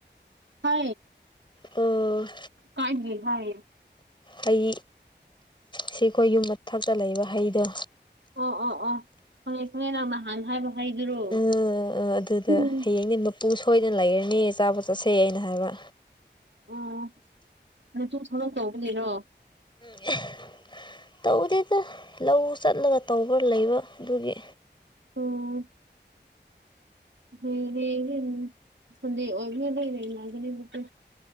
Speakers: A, on the right (about 75°); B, on the left (about 25°).
A: ꯍ
B: ꯑꯝ
A: ꯀꯥꯏ ꯍꯥꯏ
B: ꯍꯩ ꯁꯤ ꯑꯩꯈꯣꯏ ꯌꯨꯝ ꯃꯊꯛꯇ ꯂꯩꯕ ꯍꯩꯗꯣ
A: ꯑꯣ ꯑꯣ ꯑꯣ ꯈꯪꯉꯦ ꯈꯪꯉꯦ ꯅ ꯅꯍꯥꯟꯅ ꯍꯥꯏꯕ ꯍꯩꯗꯨꯔꯣ
B: ꯎꯝ ꯎꯝ ꯑꯗꯨꯗ
A: ꯎꯝ
B: ꯍꯌꯦꯡꯗꯤ ꯃꯄꯨ ꯁꯣꯏꯗꯅ ꯂꯩꯔꯅꯦ ꯆꯥꯕ ꯆꯠꯁꯩ ꯑꯩꯅ ꯍꯥꯏꯕ
A: ꯑꯣ ꯅꯇ ꯊꯗꯛ ꯇꯧꯕꯅꯤꯔꯣ
B: ꯎꯝ ꯇꯧꯗꯦꯗ ꯂꯧ ꯆꯠꯂꯒ ꯇꯧꯕ ꯂꯩꯕ ꯑꯗꯨꯒꯤ
A: ꯑꯣ ꯍ ꯍ ꯁꯟꯗꯦ ꯑꯣꯏꯕꯤ ꯂꯩ ꯂꯩ ꯂꯩꯒꯅꯤꯕꯀꯣ